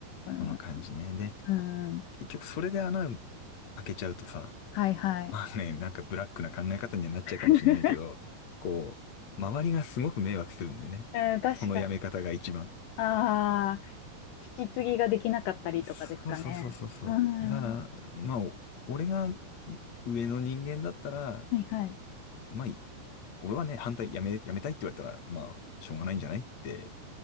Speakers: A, on the left (about 80°); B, on the left (about 45°).
A: うん、
B: この感じね。で、
A: うん、
B: 結局それで穴開けちゃうとさ、
A: はいはい。
B: まあね、なんかブラックな考え方にはなっちゃうかもしんないけど、
A: <laughs>
B: こう、周りがすごく迷惑するんだよね。
A: うん、確かに。
B: そのやめ方が一番。
A: ああ、引き継ぎができなかったりとかですかね。
B: そうそうそうそうそう。
A: う
B: だから、
A: ん、
B: まあ、お俺がん上の人間だったら、
A: はいはい。
B: まあ、い俺はね、反対、やめ、やめたいって言われたら、まあ、しょうがないんじゃないって